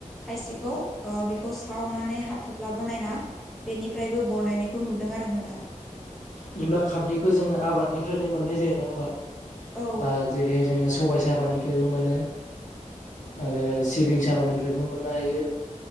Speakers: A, in the centre; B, on the left.
A: खायसेखौ ओ बेखौ सावनानै हाथफ्ला ब नायना बेनिफ्रायबो बनायनाय खौ नुदों आरो नोंथां
B: बिदिब्ला खारदैखौ जोङो आबादनिफ्रायनो मोननाय जायो नङा होमबा
A: औ
B: आ जेरैहाय जोङो सबाय साबानिफ्रायबो मोनो आरो सिबिं साबानिफ्रायबो मोननो हायो